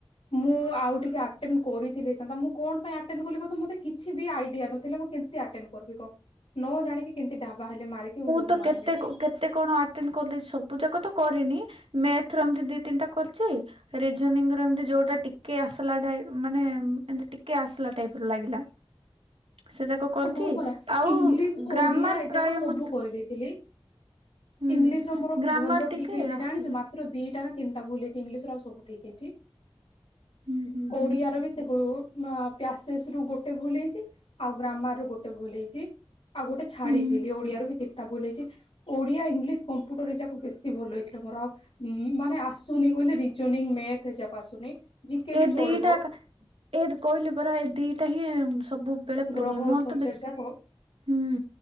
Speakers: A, on the left; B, on the right.
A: ମୁଁ ଆଉ ଟିକେ ଆଟେନ୍ କରିଥିଲେ ହେଇଥାନ୍ତା। ମୁଁ କଣ ପାଇଁ ଆଟେନ କଲି କ ତ, ମୋତେ କିଛି ବି ଆଇଡିଆ ନଥିଲା ମୁଁ କେମିତି ଆଟେନ କରିବି କ? ନ ଜାଣିକି କେମିତି ଢାବା ହେଲେ ମାରିକି, ମୁଁ ସବୁ
B: ତ
A: ମାରିନେବି।
B: କେତେ କେତେ କଣ ଅଟେନ କଲି, ସବୁ ଯାକ ତ କରିନି। ମ୍ୟାଥ ର ଏମିତି ଦି ତିନିଟା କରିଛି ରିଯୋନିଂ ର ଏମତି ଯୋଉଟା ଟିକେ ଆସିଲା ଟା ମାନେ ଏମିତି ଟିକେ ଆସିଲା ଟାଇପର ଲାଗିଲା। ସେ ଯାକ କରିଛି
A: ହଁ ପରା
B: ଆଉ
A: ଇଂଲିଶ,
B: ଗ୍ରାମାର
A: ଓଡିଆ ଏ
B: ପ୍ରାୟ
A: ଯାକ ସବୁ
B: ମତେ
A: କରିଦେଇଥିଲି।
B: ହୁଁ
A: ଇଂଲିଶ ର ମୋର
B: ଗ୍ରାମାର
A: ଭଲ
B: ଟିକେ
A: ଠିକ ହେଇଛି
B: ଆସିଲା
A: ଜାଣିଛୁ ମା ତ୍ର ଦିଟା ନା ତିନଟା ଭୁଲ ହେଇଛି ଇଂଲିଶ ର ଆଉ ସବୁ ଠିକ ହେଇଚି
B: ହୁଁ ହୁଁ
A: ଓଡିଆ।
B: ହୁଁ
A: ରବି ସେ ଗୋ ମା ପ୍ୟାସେସ୍ ରୁ ଗୋଟେ ଭୁଲ ହେଇଛି। ଆଉ ଗ୍ରାମାର ରୁ ଗୋଟେ ଭୁଲ ହେଇଛି ଆଉ ଗୋଟେ ଛାଡିଥିଲି
B: ହୁଁ
A: ଓଡିଆ ର ବି ଦିଟା ଭୁଲ ହେଇଛି। ଓଡ଼ିଆ ଇଂଲିଶ କମ୍ପ୍ୟୁଟରରେ ଯା କୁହ ବେଶୀ ଭଲ ହୋଇଥିଲା ମୋର ଆଉ ଉଁ ମାନେ ଆସୁନି କହିଲେ ରିଜୋନିଙ୍ଗ ମେଥ ଏଯାକ ଆସୁନି। ଜିକେ
B: ଏ
A: ବି ଚଳିବ
B: ଦିଟା କା ଏ କହିଲି ପରା ଏ ଦିଟା ହିଁ ସବୁ। ବେଳେ ପ୍ରବ୍ଲୋମ
A: ଗ୍ରହ
B: ମୋର
A: ସବଜେକ୍ଟ
B: ତ ବେଶୀ
A: ଯାକ
B: ହୁଁ